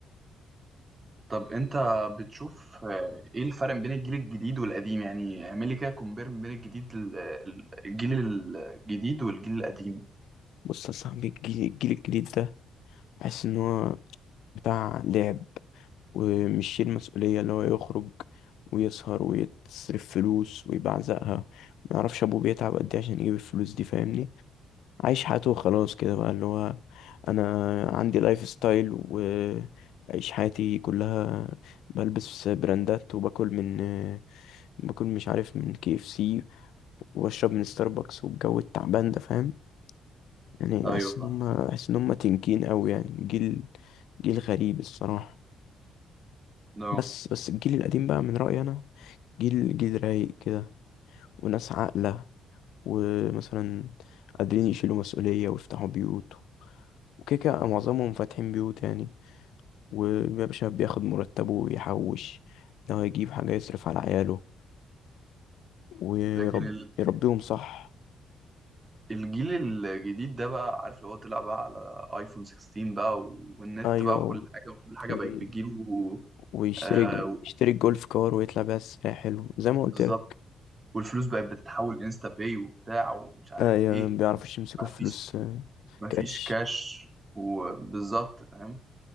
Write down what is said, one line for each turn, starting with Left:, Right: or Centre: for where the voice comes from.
Right: طب انت بتشوف آه، ايه الفرق بين الجيل الجديد والقديم يعني اعمل لي كده كومبير بين الجديد ال- ال- الجيل الجديد والجيل القديم
Left: بص يا صاحبي الجيل, الجيل الجديد ده بحس إن هو بتاع لعب ومش شايل مسؤولية اللي هو يخرج ويسهر ويتصرف فلوس ويبعزقها ما يعرفش أبوه بيتعب قد إيه عشان يجيب الفلوس دي فاهمني عايش حياته وخلاص كده بقى اللي هو انا عندي لايف ستايل وبعيش حياتي كلها بلبس براندات وباكل من باكل مش عارف من كي اف سي وبشرب من ستاربكس والجو التعبان ده فاهم يعني بحس
Right: ايوه فاهم
Left: ان هم بحس ان هم تنكين قوي يعني جيل جيل غريب الصراحة
Right: نعم
Left: بس بس الجيل القديم بقى من رأيي انا جيل جيل رايق كده وناس عاقلة ومثلا قادرين يشيلوا مسؤولية ويفتحوا بيوت وكده كده معظمهم فاتحين بيوت يعني ويا باشا بياخد مرتبه ويحوش لو هيجيب حاجة يصرف على عياله ويرب
Right: لكن ال-
Left: يربيهم صح
Right: الجيل الجديد ده بقى عارف لو هو طلع بقى على ايفون 16 بقى والنت
Left: أيوة
Right: بقى وكل
Left: و...
Right: حاجه وكل حاجه
Left: وي-
Right: بقت بتجيله
Left: ويشتري
Right: آه
Left: يشتري الجولف كار ويطلع بيها الساحل زي ما قلت
Right: بالظبط
Left: لك
Right: والفلوس بقت بتتحول انستا باي وبتاع ومش عارف
Left: أيوة
Right: ايه
Left: مبيعرفوش يمسكوا
Right: مفيش
Left: الفلوس آه،
Right: مفيش
Left: كاش
Right: كاش وبالظبط فاهم